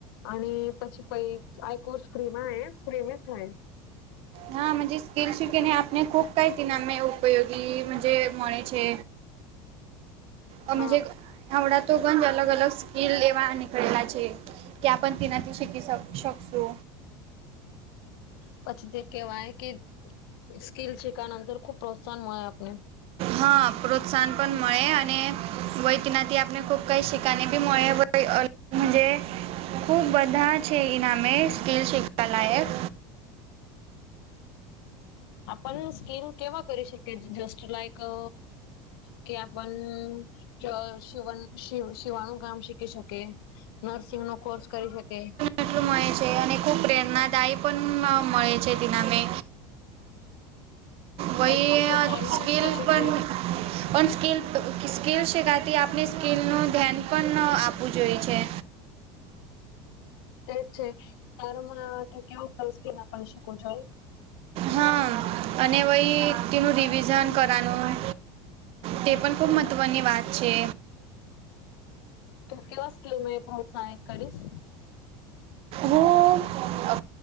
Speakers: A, on the left; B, on the right.
A: અને પછી પય આઈ કોર્સ પ્રેમા હ ફ્રી માં થાય
B: હા મે જે સ્કીલ શીખેને આપને ખુબ કઈકના અમે ઉપયોગી મંજે મળે છે. અમ
A: હા
B: જે આવડા તો ગંજ અલગ-અલગ સ્કીલ લેવા નીકળેલા છે. કે આપ પણ તનાથી શકી શ શકશો.
A: પછી તે કેહેવાય કે સ્કીલ છેખ અંતર ખુબ પ્રોત્સાહન મળે આપને.
B: હા પ્રોત્સાહન પણ મળે અને. વયકીનાથી આપને ખૂબ કઈ શિકણી બી મળે <unintelligible> ખુ બધા છે ઈનામે સ્કેલ શીવા લાયક.
A: આપણ સ્કીલ કેવા કરી શકીએ જસ્ટ લાઈક અ કે આપણ જ શિવન શી શિવાણું કામ શીખી શકે. નર્સિંગનો કોર્સ કરી શકે.
B: એટલું મળે છે અને ખૂબ પ્રેરણાદાયી પણ મ મળે છે તેનામે. વય
A: પછી શું તારું
B: સ્કીલ
A: મત શું છે
B: પણ
A: ઘી?
B: પણ સ્કીલ સ્કીલ શીખાથી આપણે સ્કીલનું ધ્યાન પણ આપવું જોઈએ છે.
A: તેજ છે તારું <unintelligible> કેવું સક્લિ આપવી શકું જોઈએ?
B: હા અને વય તેનું રિવિઝન કરાનું. તે પણ ખૂબ મહત્વની વાત છે.
A: કેટલા સ્લોમે મેં ભવતાસ કરીશ.
B: હો અ